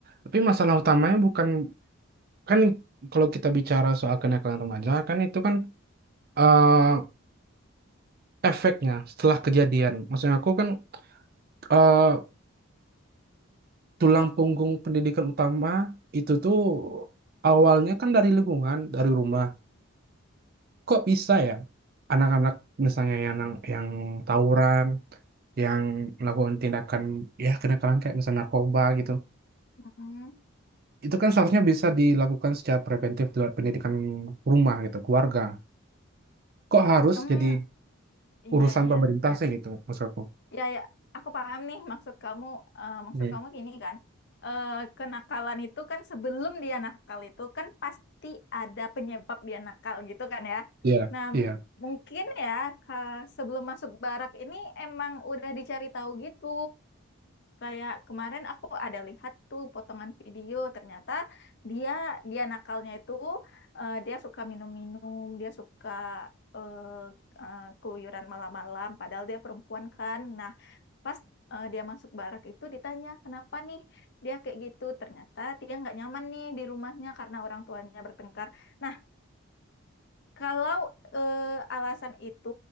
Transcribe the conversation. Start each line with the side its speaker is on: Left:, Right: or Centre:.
Right: Tapi masalah utamanya bukan kan kalau kita bicara soal kenakalan remaja kan itu kan, eee, Efeknya, setelah kejadian. maksudnya aku kan, eee, tulang punggung pendidikan utama itu tuh awalnya kan dari lingkungan, dari rumah. Kok bisa ya anak-anak misalnya yang nang yang tawuran, yang melakukan tindakan, ya kenakalan kayak misalnya narkoba gitu,
Left: Mm.
Right: itu kan seharusnya bisa dilakukan secara preventif lewat pendidikan rumah gitu, keluarga. Kok harus
Left: Em,
Right: jadi
Left: Iya,
Right: urusan
Left: iya.
Right: pemerintah Iya. sih gitu maksud aku.
Left: Ya, ya. Aku paham nih maksud kamu. eh, maksud
Right: Mhm,
Left: kamu gini kan. eh kenakalan itu kan sebelum dia nakal itu kan pasti ada penyebab dia nakal gitu kan ya.
Right: iya
Left: Nah,
Right: iya.
Left: mungkin ya ka- sebelum masuk barak ini emang udah dicari tahu gitu. Kayak kemarin aku ada lihat tuh potongan video, ternyata dia dia nakalnya itu eh, dia suka minum-minum, dia suka eh eh, keluyuran malam-malam, padahal dia perempuan kan. Nah, pas eh, dia masuk barak itu ditanya kenapa nih dia kayak gitu, ternyata dia nggak nyaman nih di rumahnya karena orang tuanya bertengkar. Nah, kalau eh, alasan itu